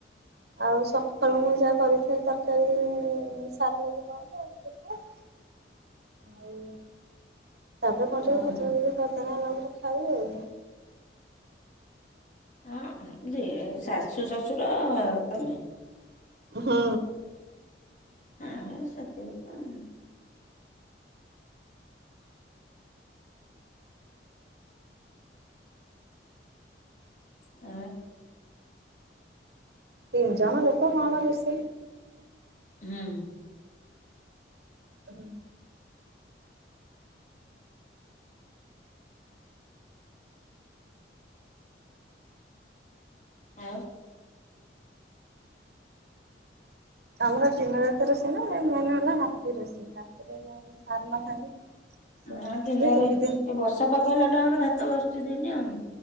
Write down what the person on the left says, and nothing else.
ଓହୋ
ଆଉ ଶାଶୁ ଶଶୁର ତମେ?
ଆଉ ସେତିକି ତ। ଆ
ହୁଁ।
ଆଉ?
ହ
ଦିନରେ
ଏ ବର୍ଷା ପାଗ ହେଲା ଠୁ ଆମର ଭାତ ବସୁଚି ଦିନି ଆଉ।